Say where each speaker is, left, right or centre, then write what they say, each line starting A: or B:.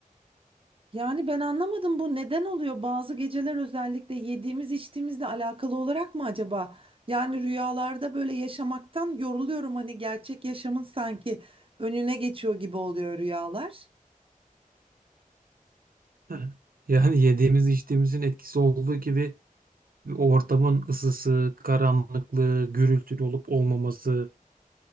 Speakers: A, on the right; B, on the right.
A: Yani ben anlamadım bu neden oluyor? Bazı geceler özellikle yediğimiz içtiğimizle alakalı olarak mı acaba? Yani rüyalarda böyle yaşamaktan yoruluyorum hani gerçek yaşamın sanki önüne geçiyor gibi oluyor rüyalar.
B: <laughs> Hı. Yani yediğimiz içtiğimizin etkisi olduğu gibi o ortamın ısısı, karanlıklığı, gürültülü olup olmaması,